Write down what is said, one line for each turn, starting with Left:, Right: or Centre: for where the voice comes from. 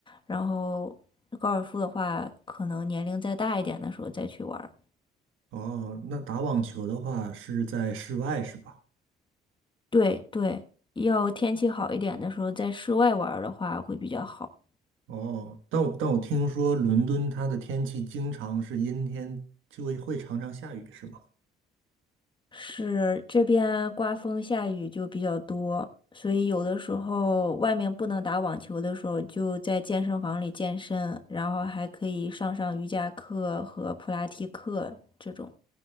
Left: 然后高尔夫的话，可能年龄再大一点的时候再去玩儿。
Right: 哦，那打网球的话是在室外是吧？
Left: 对对，要天气好一点的时候，在室外玩儿的话会比较好。
Right: 哦，但我但我听说伦敦它的天气经常是阴天，就会会常常下雨是吗？
Left: 是这边刮风下雨就比较多，所以有的时候外面不能打网球的时候，就在健身房里健身，然后还可以上上瑜伽课和普拉提课这种。